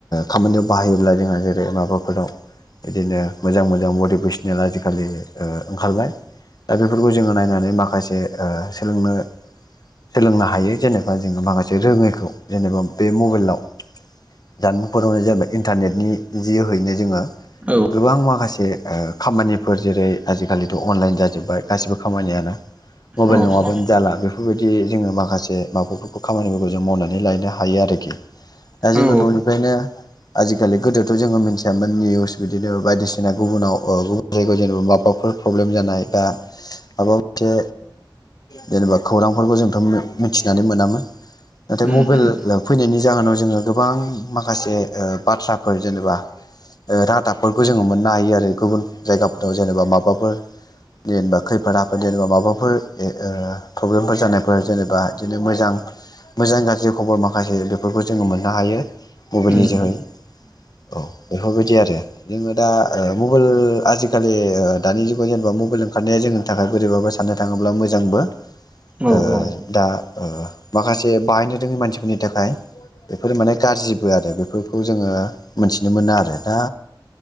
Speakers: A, on the left; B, on the right.
A: खामानियाव बाहायोब्ला जोंहा जेरै माबाफोराव बिदिनो मोजां मोजां मटिभेसनेल आजिखालि ओ ओंखारबाय दा बेफोरखौ जोङो नायनानै माखासे ओ सोलोंनो सोलोंनो हायो जेनेबा जोङो माखासे रोङैखौ जेनेबा बे मबाइलाव जानबुंफोरावनो जेनेबा इन्टारनेटनि जोहैनो जोङो
B: औ
A: गोबां माखासे ओ खामानिफोर जेरै आजिखालिथ' अनलाइन जाजोबबाय गासिबो खामानियानो मबाइल
B: औ
A: नङाबानो जाला बेफोरबायदि जोङो माखासे माबाफोरखौ खामानिफोरखौ जों मावनानै लायनो हायो आरोखि दा जोङो
B: औ
A: न'निफ्रायनो आजिखालि गोदोथ' जोङो मिथियामोन निउस बिदिनो बायदिसिना गुबुनाव गुबुन जायगायाव जेनेबा माबा फोर प्रब्लेम जानाय बा माबा मोनसे जेनेबा खौरांफोरखौ जोंथ' मिथिनानै मोनामोन नाथाय
B: उम
A: मबाइल
B: उम
A: फैनायनि जाहोनाव जोङो गोबां माखासे बाथ्राफोर जेनेबा रादाबफोरखौ जोङो मोननो हायो आरो गुबुन जायगाफोराव जेनेबा माबा माबाफोर जेनेबा खैफोद आफोद जेनेबा माबाफोर ए ओ प्रब्लेमफोर जानायफोर जेनेबा बिदिनो मोजां मोजां गाज्रि खबर माखासे बेफोरखौ जोङो मोननो हायो मबाइलनि
B: उम
A: जोहै
B: उम
A: औ बेफोरबायदि आरो जोङो दा मबाइल आजिखालि ओ दानि जुगाव जेनेबा मबाइल ओंखारनाया जोंनि थाखाय बोरैबाबो साननो थाङोब्ला मोजांबो
B: औ
A: ओ
B: औ
A: दा माखासे बाहायनो रोङै मानसिफोरनि थाखाय बेफोरो माने गाज्रिबो आरो बेफोरखौ जोङो मोनथिनो मोनो आरो दा